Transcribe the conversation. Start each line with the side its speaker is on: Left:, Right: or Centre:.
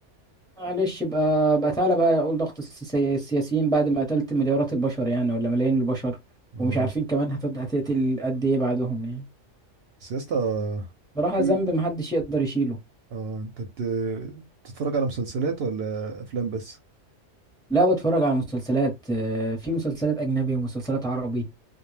Centre: معلش بقى بقى تعالى بقى اقول ضغط السياسي- السياسيين بعد ما قتلت مليارات البشر يعني ولا ملايين البشر
Right: اه
Centre: ومش عارفين كمان هتد- هتقتل قد ايه بعدهم يعني
Right: بس يا اسطى
Centre: بصراحة
Right: في-
Centre: ذنب محدش يقدر يشيله
Right: اه انت بت... بتتفرج على مسلسلات ولا افلام بس
Centre: لا بتفرج على مسلسلات آه، في مسلسلات أجنبي ومسلسلات عربي